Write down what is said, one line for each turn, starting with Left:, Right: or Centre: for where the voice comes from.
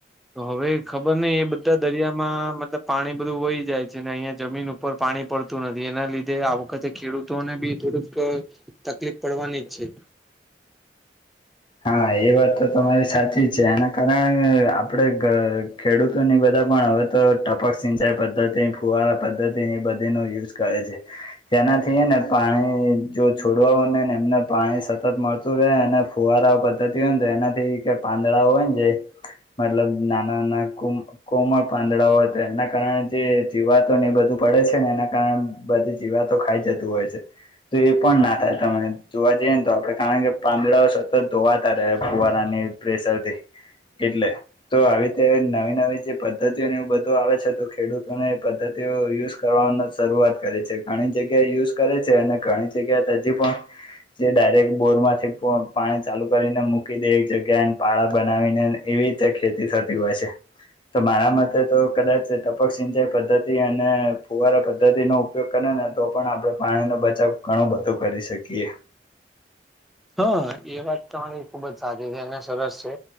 Centre: તો હવે ખબર નઈ એ બધા દરિયામાં મતલબ પાણી બધું વહી જાય છે ને અહિયાં જમીન ઉપર ઉપર પાણી પડતું નથી એના લીધે આ વખતે ખેડૂતોને બી થોડુંક તકલીફ પડવાની જ છે
Left: હા એ વાત તો તમારી સાચી જ છે એના કારણે આપણે ખેડૂતોની બધા પણ હવે તો ટપક સિંચાઈ પદ્ધતિ ફુવારા પદ્ધતિ એ બધીનો યુઝ કરે છે જેનાથી ને પાણી જો છોડવા હોનેને એમને પાણી સતત મળતું રહે અને ફુવારા પધ્ધતિ હોય ને તો એનાથી પાંદડાઓ હોય ને જે મતલબ નાના નાના કોમળ પાંદડાઓ તો એના કારણે જે જીવાતો ને એ બધું પડે છે ને એના કારણે બધી જીવાતો ખાઈ જતું હોય છે તો એ પણ ના થાય તમે જોવા જઈએ ને તો આપડે કારણ કે પાંદડાઓ ધોવાતા રે ફુવારાની પ્રેશરથી એટલે તો આવી રીતે નવી નવી જે પદ્ધતિઓને એવું બધું આવે છે તો ખેડૂતોને એ પદ્ધતિ તે યુઝ કરવાનો શરૂઆત કરે છે ઘણી જગ્યાએ યુઝ કરે છે અને ઘણી જગ્યા હજી પણ જે ડાયરેક્ટ બોર માંથી પાણી ચાલુ કરીને મૂકી દે એક જગ્યાએને પાળા બનાવીને એવી રીતે ખેતી થતી હોય છે તો મારા મતે તો કદાચ ટપક સિંચાઈ પદ્ધતિ અને ફુવારા પદ્ધતિનો ઉપયોગ કરે ને તો પણ આપણે પાણીનો બચાવ ઘણું બધો કરી શકીએ
Centre: હા એ વાત તમારી ખુબ જ સારી છે અને સરસ છે